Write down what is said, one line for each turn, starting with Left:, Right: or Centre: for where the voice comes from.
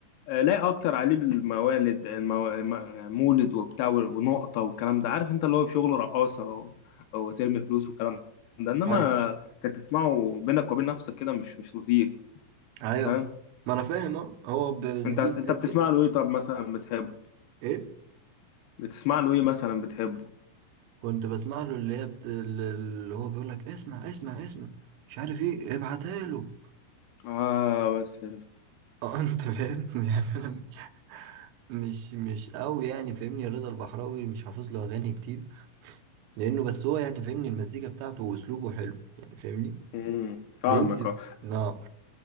Left: آه، لا اكتر عليه بالموالد المو... م- مولد وبتاع ونقطه والكلام ده عارف انت اللي هو شغل رقاصه و... وترمي فلوس والكلام ده انما
Right: ايوه
Left: كانت تسمعه بينك وبين نفسك كده مش مش لطيف
Right: ايوه
Left: فاهم
Right: ما انا فاهم اه هو ب- ليه
Left: انت
Right: في
Left: انت
Right: حتة
Left: بتسمع له ايه طب مثلا بتحبه
Right: ايه
Left: بتسمع له ايه مثلا بتحبه
Right: كنت بسمع له اللي هي بت... اللي هو بيقول لك اسمع اسمع اسمع مش عارف ايه ابعتها له
Left: اه بس عرفت
Right: <laughs> اه انت فاهم <laughs> يعني انا مش مش قوي يعني فاهمني رضا البحراوي مش حافظ له اغاني كتير لانه بس هو يعني فاهمني المزيكا بتاعته واسلوبه حلو يعني فاهمني
Left: امم فاهمك
Right: بيجذب
Left: اه
Right: اه